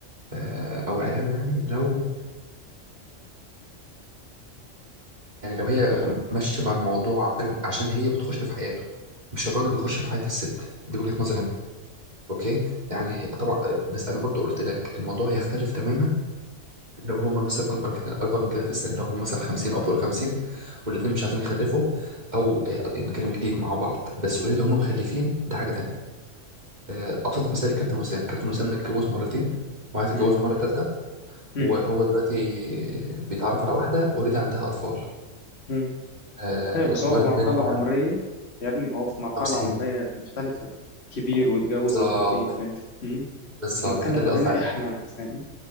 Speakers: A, on the right; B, on the left.
A: آه، أو عياله يعني لو يعني لو هي
B: مم.
A: ماشيه مع الموضوع عشان عشان هي بتخش في حياته مش الراجل بيخش في حياه الست دي وجهه نظري انا اوكي يعني طبعا بس انا برضو قلت لك الموضوع يختلف تماما لو هم مثلا اكبر كده اكبر من كده في السن لو هم مثلا 50 او فوق ال 50 والاثنين مش عايزين يخلفوا او آه، بكلم جديد مع بعض بس اوريدي هم مخلفين ده حاجه تانية آه، ابسط مثال كابتن وسام كابتن وسام متجوز مرتين وعايز يتجوز
B: مم.
A: مره ثالثه
B: مم.
A: وهو دلوقتي بيتعرف على واحده اوريدي عندها اطفال
B: مم.
A: آه،
B: ايوه بس
A: ولد
B: هو في مرحلة
A: وبنت
B: عمرية يا ابني هو في مرحلة
A: 50
B: عمرية مختلفة كبير واتجوز
A: بالظبط
B: مرتين فاهم مم.
A: بالظبط
B: انا بتكلم
A: فده اللي
B: علينا
A: قصدي عليه
B: احنا فاهم